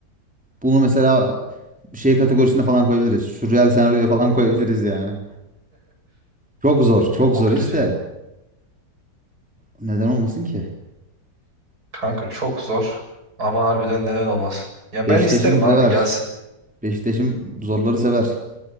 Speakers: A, in the centre; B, on the right.
A: bunu mesela şey kategorisine falan koyabiliriz. Sürreal senaryoya falan koyabiliriz yani. Çok zor, çok
B: O
A: zor
B: derece.
A: işte. Neden olmasın ki?
B: Kanka çok zor. Ama harbiden neden olmasın? Ya
A: Beşiktaş'ım
B: ben isterim
A: sever.
B: abi gelsin.
A: Beşiktaş'ım zorları sever.